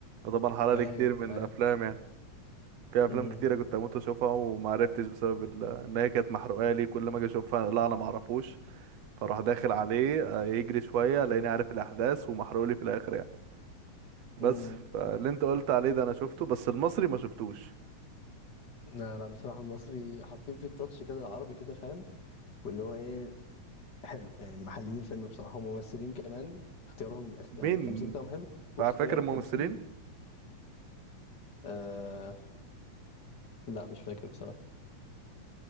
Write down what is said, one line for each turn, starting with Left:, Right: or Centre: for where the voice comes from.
Right: أنا طبعا حرقلي
Left: ايوه
Right: كتير من
Left: ايوه
Right: الأفلام يعني في أفلام
Left: امم
Right: كتيرة كنت هموت أشوفها ومعرفتش بسبب ال- إن هي كانت محروقة لي كل ما أجي أشوفها لا أنا معرفوش فأروح داخل عليه آه، يجري شوية ألاقيني عارف الأحداث ومحروقلي في الآخر يعني بس
Left: امم
Right: فاللي أنت قلت عليه ده أنا شفته بس المصري ما شفتوش
Left: لا لا بصراحة المصري حاطين فيه التاتش كده العربي كده فاهم واللي هو ايه حلو يعني محللين الفيلم بصراحة وممثلين كمان اختيارهم اخت-
Right: مين
Left: يعني التمثيل بتاعهم حلو واختيار
Right: فا- فاكر
Left: التمثيل
Right: الممثلين؟
Left: آه لا مش فاكر بصراحة